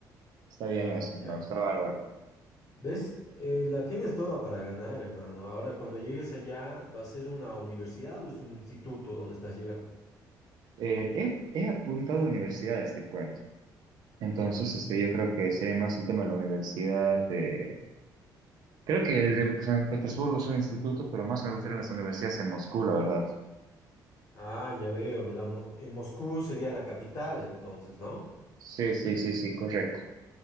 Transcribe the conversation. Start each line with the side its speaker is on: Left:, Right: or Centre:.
Right: está bien
Left: ah,
Right: eso,
Left: ya.
Right: no, está bárbaro.
Left: ¿Ves? Eh, la tienes toda para ganar, hermano. Ahora, cuando llegues allá, ¿va a ser una universidad o es un instituto donde estás llegando?
Right: Eh, he, he apuntado a universidades, te cuento. Entonces,
Left: Ya.
Right: este, yo creo que sería más el tema de la universidad. de- Creo que el de San Petersburgo es un instituto, pero más me gustarían las universidades en Moscú, la verdad.
Left: Ah, ya veo. La, mo- en Moscú sería la capital, entonces, ¿no?
Right: Sí, sí, sí, sí, correcto.